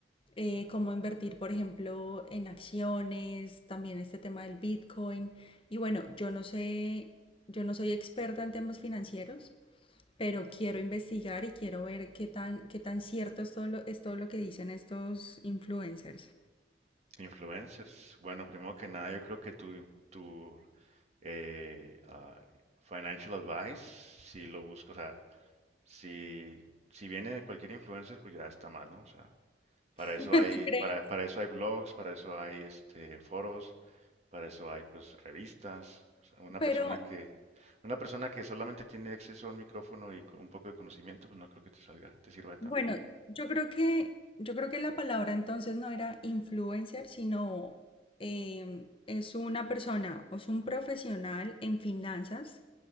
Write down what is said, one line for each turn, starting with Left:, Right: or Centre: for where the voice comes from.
Left: eh, cómo invertir, por ejemplo, en acciones, también este tema del Bitcoin. Y bueno, yo no sé, yo no soy experta en temas financieros, pero quiero investigar y quiero ver qué tan, qué tan cierto es todo lo, es todo lo que dicen estos influencers.
Right: Influencers. Bueno, primero que nada, yo creo que tu, tu eh, ah, financial advice, si lo busco, o sea, si, si viene de cualquier influencer, pues ya está mal, ¿no? O sea, para eso
Left: <laughs>
Right: hay,
Left: ¿Tú crees?
Right: para, para eso hay blogs, para eso hay este, foros, Para eso hay pues revistas. O sea, una persona
Left: Pero
Right: que, una persona que solamente tiene acceso a un micrófono y con un poco de conocimiento, pues no creo que te salga, te sirva de tanto,
Left: bueno,
Right: ¿no?
Left: yo creo que, yo creo que la palabra entonces no era influencer, sino em, es una persona o es un profesional en finanzas